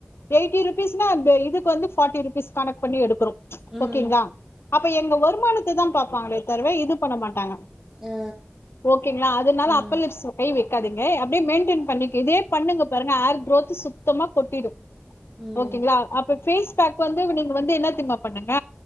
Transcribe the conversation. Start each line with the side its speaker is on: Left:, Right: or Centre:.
Left: எயிட்டிருப்பிஸ்னா இதுக்கு வந்து ஃபாட்டிருப்பிஸ் கணக்குபண்ணி எடுக்குறோ
Right: ம்,
Left: ஓகேங்களா அப்ப எங்க வருமானத்த தா பாப்பாங்களே தவிர இது பண்ண மாட்டாங்க
Right: ஆ,
Left: ஓகேங்களா அதனால
Right: ம்,
Left: அப்பலிஸ் கை வை இருக்காதங்க அப்டியே மெயின்டெ பண்ணி இதே பண்ணுங்க பாருங்க ஆர் க் ரோத் சுத்தமா கொட்டிடு
Right: ம்,
Left: ஓகேங்களா அப்ப பேஸ் பேக் வந்து நீங்க வந்து என்ன <unintelligible> பண்ணுங்க